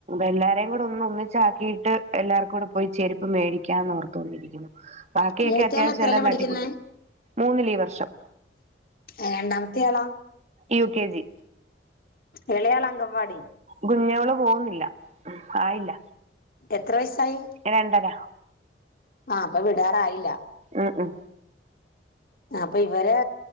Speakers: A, on the right; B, on the left.
A: എല്ലാരേകൂടെ ഒന്ന് ഒന്നിച്ചാക്കീട്ട് എല്ലാർക്കും കൂടെ പോയി ചെരുപ്പ് മേടിക്കാന്ന് ഓർത്തോണ്ടിരിക്കുന്നു ബാക്കിയൊക്കെ
B: മൂത്തയാൾ
A: അത്യാവശ്യം
B: എത്രല്ല
A: എല്ലാം
B: പഠിക്കുന്നേ
A: തട്ടിക്കുടി മൂന്നില് ഈ വർഷം
B: ഏഹ് രണ്ടാമത്തെയാളോ
A: യു കെ ജി
B: ഇളയാള് അങ്കംവാടി
A: കുഞ്ഞോള് പോവുന്നില്ല ആയില്ല
B: എത്ര വയസായി
A: രണ്ടര
B: ആ അപ്പ വിടാറായില്ല
A: ആഹ് ആഹ്
B: ആഹ് അപ്പൊ ഇവരെ